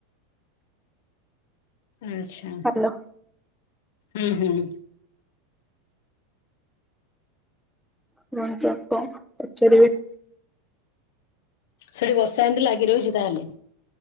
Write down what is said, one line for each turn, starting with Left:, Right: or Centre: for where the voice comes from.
Left: ଆଚ୍ଛା
Centre: ହାଲୋ
Left: ହୁଁ ହୁଁ।
Centre: <unintelligible> ପଚାରିବି।
Left: ସେଆଡେ ବର୍ଷା ଏମତି ଲାଗି ରହୁଛି ତାହେଲେ?